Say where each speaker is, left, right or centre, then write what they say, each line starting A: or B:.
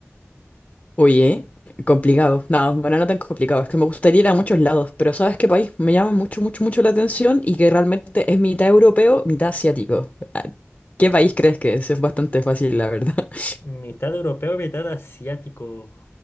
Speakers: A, on the left; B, on the left.
A: Oye, complicado. No, bueno, no tan complicado. Es que me gustaría ir a muchos lados, pero ¿sabes qué país me llama mucho, mucho, mucho la atención y que realmente es mitad europeo, mitad asiático? Ah, ¿Qué país crees que es? Es bastante fácil, la verdad. <laughs>
B: Mitad europeo, mitad asiático.